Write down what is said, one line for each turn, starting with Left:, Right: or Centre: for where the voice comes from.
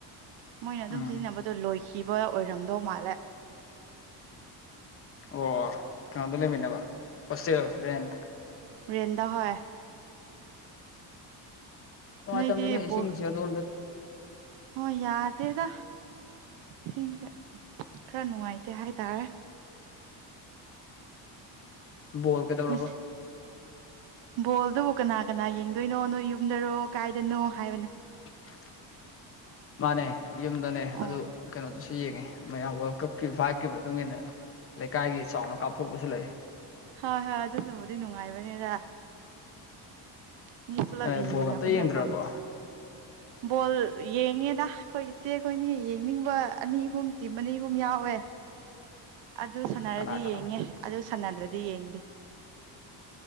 Right: ꯃꯣꯏꯅ ꯑꯗꯨꯝ
Left: ꯎꯝ
Right: ꯁꯤꯖꯤꯟꯅꯕꯗꯣ ꯂꯣꯏꯈꯤꯕ ꯑꯣꯏꯔꯝꯅꯤ ꯑꯣ ꯃꯥꯂ
Left: ꯑꯣ ꯀꯩꯅꯣꯝꯗ ꯂꯩꯃꯤꯟꯅꯕ ꯍꯣꯁꯇꯦꯜ ꯔꯦꯟ
Right: ꯔꯦꯟꯗ ꯍ
Left: ꯑꯣ
Right: ꯅꯣꯏꯗꯤ
Left: ꯇꯝꯦꯅꯦ
Right: ꯕꯣꯜ
Left: ꯁꯤꯁꯤ ꯑ ꯑꯗꯨ
Right: ꯍꯣꯏ ꯌꯥꯗꯦꯗ ꯁꯤꯡꯁꯦ ꯈꯔ ꯅꯨꯡꯉꯥꯏꯇꯦ ꯍꯥꯏꯇꯥꯔꯦ
Left: ꯕꯣꯜ ꯀꯗꯧꯔꯣꯕ
Right: ꯑꯁ ꯕꯣꯜꯗꯨꯕꯨ ꯀꯅꯥ ꯀꯅꯥ ꯌꯦꯡꯗꯣꯏꯅꯣ ꯅꯣꯏ ꯌꯨꯝꯗꯔꯣ ꯀꯥꯏꯗꯅꯣ ꯍꯥꯏꯕꯅꯦ
Left: <unintelligible> ꯃꯥꯅꯦ ꯌꯨꯝꯗꯅꯦ
Right: ꯑꯣ
Left: ꯑꯗꯨ ꯀꯩꯅꯣꯗꯨꯁꯨ ꯌꯦꯡꯉꯤ ꯃꯌꯥꯝ ꯋꯥꯔꯜ ꯀꯞꯀꯤ ꯚꯥꯏꯞꯀꯤ ꯃꯇꯨꯡ ꯏꯟꯅ ꯂꯩꯀꯥꯏꯒꯤ ꯆꯥꯎꯅ ꯀꯥꯞꯊꯣꯛꯄꯁꯨ ꯂꯩ
Right: ꯍꯣꯏ ꯍꯣꯏ ꯑꯗꯨꯅꯕꯨꯗꯤ ꯅꯨꯡꯉꯥꯏꯕꯅꯦꯗ ꯃꯤ ꯄꯨꯂꯞ
Left: ꯑꯦ
Right: ꯌꯦꯡꯃꯤꯟꯅꯕꯅꯀꯣ
Left: ꯕꯣꯜ ꯑꯝꯇ ꯌꯦꯡꯗ꯭ꯔꯕꯣ
Right: ꯕꯣꯜ ꯌꯦꯡꯉꯦꯗ ꯑꯩꯈꯣꯏ ꯏꯆꯦ ꯑꯩꯈꯣꯏꯅꯤ ꯌꯦꯡꯅꯤꯡꯕ ꯑꯅꯤ ꯑꯍꯨꯝ ꯇꯤꯝ ꯑꯅꯤ ꯑꯍꯨꯝ ꯌꯥꯎꯋ ꯍꯋꯦ ꯑꯗꯨ ꯁꯅꯔꯗꯤ
Left: ꯀꯅꯥ ꯀꯅꯥ
Right: ꯌꯦꯡꯉꯦ ꯑꯗꯨ ꯁꯅꯗ꯭ꯔꯗꯤ ꯌꯦꯡꯗꯦ